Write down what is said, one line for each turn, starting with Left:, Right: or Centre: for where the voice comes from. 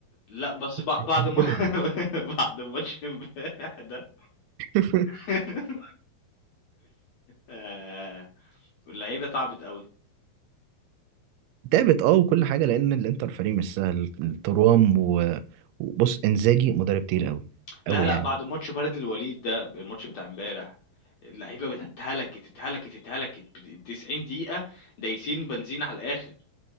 Left: لأ بس بع بعد
Right: هيبهدلهم
Left: ما <laughs> بعد ماتش امبارح ده
Right: <laughs>
Left: <laughs> آآ اللعيبة تعبت أوي.
Right: تعبت اه وكل حاجة لأن الإنتر فريق مش سهل ترام و... وبص إنزاجي مدرب تقيل أوي
Left: لا،
Right: أوي
Left: لأ
Right: يعني
Left: بعد ماتش بلد الوليد ده، الماتش بتاع امبارح، اللعيبة بت اتهلكت، اتهلكت، اتهلكت بت 90 دقيقة دايسين بنزين على الآخر.